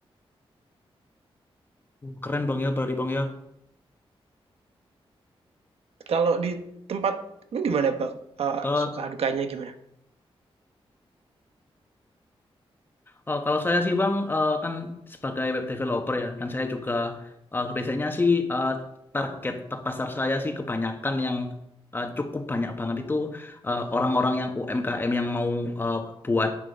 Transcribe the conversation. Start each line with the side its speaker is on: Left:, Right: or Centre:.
Left: keren bang ya, berarti bang ya.
Right: Kalau di tempat lu gimana, Bang? Eee,
Left: Eh,
Right: suka dukanya gimana?
Left: Eh, kalau saya sih Bang, eh, kan sebagai web developer ya, dan saya juga eh, biasanya sih eh, target pasar saya sih kebanyakan yang eh, cukup banyak banget itu eh, orang-orang yang UMKM yang mau eh, buat